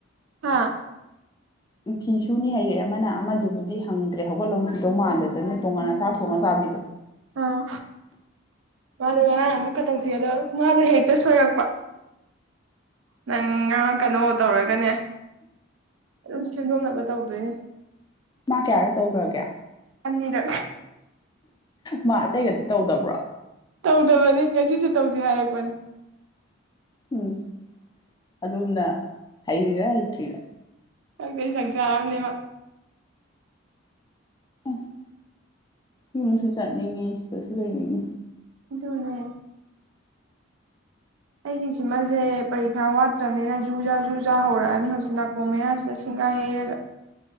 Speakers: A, on the right; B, on the left.
A: ꯑꯥ
B: ꯐꯤ ꯁꯨꯅꯤ ꯍꯩꯔꯦ ꯑꯃꯅ ꯑꯃꯗꯨꯕꯨꯗꯤ ꯍꯪꯗ꯭ꯔꯦ ꯍꯧꯒꯠꯂꯝꯈꯤꯗꯧ ꯃꯥꯟꯗꯗꯅ ꯇꯣꯡꯉꯥꯟꯅ ꯆꯥꯛ ꯊꯣꯡꯉꯒ ꯆꯥꯕꯤꯗꯣ
A: ꯑꯥ ꯃꯥꯗꯣ ꯉꯔꯥꯡ ꯑꯃꯨꯛꯀ ꯇꯧꯁꯤ ꯑꯗꯣ ꯃꯥꯗꯣ ꯍꯦꯛꯇ ꯁꯣꯏꯔꯛꯄ ꯅꯪ ꯉꯔ ꯀꯩꯅꯣ ꯇꯧꯔꯒꯅꯦ ꯑꯗꯨꯝ ꯁꯦꯝꯦꯡꯗꯣꯛꯅꯕ ꯇꯧꯗꯣꯏꯅꯦ
B: ꯃꯥ ꯀꯌꯥꯔꯛ ꯇꯧꯈ꯭ꯔꯒꯦ
A: ꯑꯅꯤꯔ
B: ꯃꯥ ꯑꯇꯩꯒꯗꯤ ꯇꯧꯗꯕ꯭ꯔꯣ
A: ꯇꯧꯗꯕꯅꯤ ꯉꯁꯤꯁꯨ ꯇꯧꯁꯤ ꯍꯥꯏꯔꯛꯄꯅꯤ
B: ꯎꯝ ꯑꯝꯅ ꯍꯩꯔꯤꯔꯥ ꯍꯩꯇ꯭ꯔꯤꯔꯥ
A: ꯁꯪꯛꯇꯦ ꯁꯛ ꯆꯔꯔꯕꯅꯦꯕ
B: ꯑꯁ ꯌꯨꯝꯁꯨ ꯆꯠꯅꯤꯡꯉꯤ ꯁꯤꯗꯁꯨ ꯂꯩꯅꯤꯡꯉꯤ
A: ꯅꯦ ꯑꯩꯒꯤ ꯁꯤꯃꯁꯦ ꯄꯔꯤꯈꯥ ꯋꯥꯠꯇ꯭ꯔꯕꯅꯤꯅ ꯖꯨ ꯖꯥ ꯖꯨ ꯖꯥ ꯍꯧꯔꯛꯑꯅꯤ ꯍꯧꯖꯤꯛ ꯅꯥꯀꯣꯡ ꯃꯌꯥꯁꯤꯗ ꯁꯤꯡ ꯉ ꯌꯔꯅ